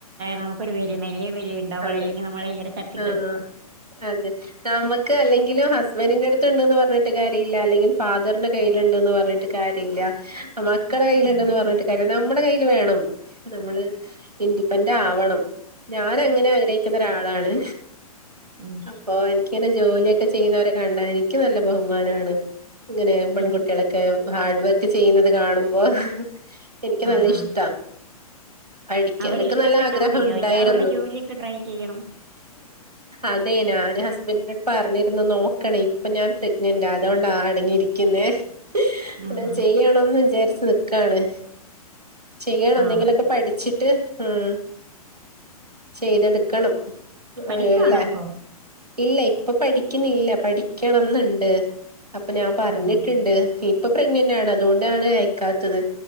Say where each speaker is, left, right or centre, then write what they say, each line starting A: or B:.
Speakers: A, on the right; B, on the right.
A: നമുക്ക് ഒരു വിലയും നിലയ നിലയം വിലയും ഉണ്ടാവുള്ളൂ
B: അതെ
A: അല്ലെങ്കിൽ നമ്മളെ എല്ലാരും തട്ടി
B: ആഹ് അതെ നമുക്ക് അല്ലെങ്കിലും ഹസ്ബന്റിന്റെ അടുത്ത് ഉണ്ടന്ന് പറഞ്ഞിട്ട് കാര്യമി ല്ല അല്ലെങ്കില് ഫാദറിന്റെ കയ്യിലു ണ്ടന്ന് പറഞ്ഞിട്ട് കാര്യം ഇല്ല മക്കളടെ കയ്യിലുണ്ടെന്ന്
A: അതെ.
B: പറഞ്ഞിട്ട് കാര്യമുണ്ടോ നമ്മടെ കയ്യില് വേണം നമ്മള് ഇൻഡിപെൻറ് ആവണം ഞാൻ അങ്ങനെ ആഗ്രഹിക്കുന്ന ഒരാളാണ്
A: ഉം.
B: അപ്പോ എനിക്കിങ്ങനെ ജോലിയെ ക്കെ ചെയ്യുന്നവരെ കണ്ടാല് എനിക്ക്നല്ല ബഹുമാനാണ് ഇങ്ങനെ പെൺകുട്ടികളൊക്കെ
A: ഉം.
B: ഹാർഡ് വർക്ക് ചെയ്യുന്നത് കാണുമ്പോ എനിക്ക് നല്ല
A: ആഹാ.
B: ഇഷ്ടാ പഠിക്കാനൊക്കെ
A: അവിടെ ഇഷ്ടപ്പെട്ടാ
B: നല്ല ആഗ്രഹം
A: മതിയോ
B: ഉണ്ടായിരുന്നു
A: ഇയാളോടെ ജോലിയൊക്കെ ട്രൈ ചെയ്യണം
B: അതെ ഞാൻ ഹസ്ബൻഡിനടുത്ത് പറഞ്ഞിരുന്ന് നോക്കണേ ഇപ്പോ ഞാൻ പ്രഗ്നന്റ് അതുകൊണ്ടാ അടങ്ങിയിരി നിക്കുന്നേ പിന്നെ
A: ആഹാ.
B: ചെയ്യണന്ന് വിചാരിച്ച് നിക്കയാണ് ചെയ്യണം
A: ആ
B: എന്തെങ്കിലൊക്കെ പഠിച്ചിട്ട് ഉം ചെയ്തെടുക്കണം.
A: പഠിക്കുവാണോ
B: ഓല്ലേ
A: അപ്പോ
B: ഇല്ല ഇപ്പോ പഠിക്കുന്നില്ല പഠിക്കണന്നുണ്ട് അപ്പോ ഞാൻ പറഞ്ഞിട്ടുണ്ട്
A: ഓ അങ്ങനെ.
B: ഇപ്പോ പ്രഗ്നന്റ് ആണ് അതുകൊണ്ടാണ് അയക്കാത്തത്